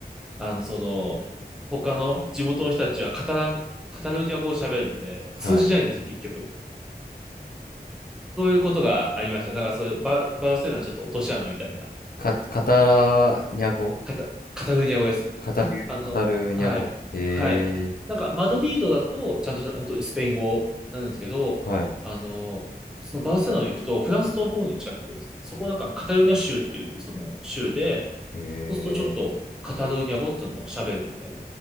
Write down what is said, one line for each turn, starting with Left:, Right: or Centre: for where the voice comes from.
Centre: あの、その、他の地元の人たちはカタラン、カタルーニャ語を喋るので、
Left: はい。
Centre: 通じないんですよ、結局。そういうことがありました。なんかそういうバ、バルセロナちょっと落とし穴みたいな。
Left: か、カタラニャ語
Centre: カタ、カタルーニャ語です。
Left: カタル、
Centre: か、あの、
Left: カタルニャ語。
Centre: はい。
Left: へえ、
Centre: はい。なんか、マドリードだと、ちゃんと本当にスペイン語なんですけど、
Left: はい。
Centre: あの、そのバルセロナに行くと、フランスの方に近いところですね。そこなんか、カタルーニャ州っていう、その州で、
Left: へえ、
Centre: そうするとちょっと、カタルーニャ語っていうのを喋るみたい